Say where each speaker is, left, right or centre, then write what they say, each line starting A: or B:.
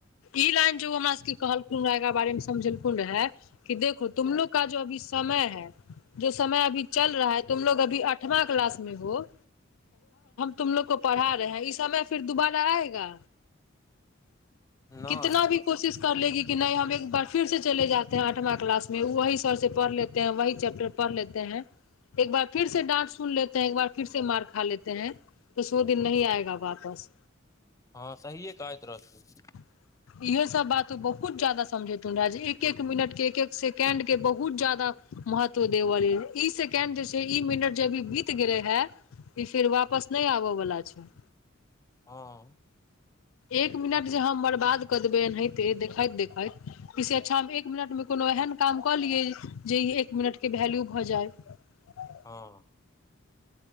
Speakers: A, on the left; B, on the left.
A: ई लाइन ज ऊ हमरा सबके कहलखुन रहे एकरा बारे मे समझेलखुन रहे कि देखो तुमलोग का जो अभी समय है जो समय अभी चल रहा है तुमलोग अभी अठवां क्लास में हो तुमलोग को पढ़ा रहे हैं ई समय फिर दुबारा आएगा
B: नहि
A: कितना भी कोशिश कर लेगी कि नहि हम एक बार फिर सँ चले जाते है आठमां क्लास मे वही सर सँ पढ़ लेते है वही चैपटर पढ़ लेते है, एक बार फिर से डाट सुन लेते है, एक बार फिर से मार खा लेते है, वस ओ दिन नही आएगा वापस।
B: हँ सहिए कहैत रहथिन।
A: <inaudible> इहे सब बात बहुत जादा समझेैतुन रहे जे एक एक मिनट के एक एक सेकेंड के बहुत जादा महत्व देवअ लेल ई सेकेंड जै छै ई मिनट जे अभी बीत गेलै है ई फिर वापस नै आबऽ बला छै।
B: हँ।
A: एक मिनट जे हम बर्बाद कऽ देबै एनाहिते देखैत देखैत इ से अच्छा हम एक मिनट मे कोनो एहन काम क लिये जे ई एक मिनट के वैल्यू भऽ जाय।
B: हँ।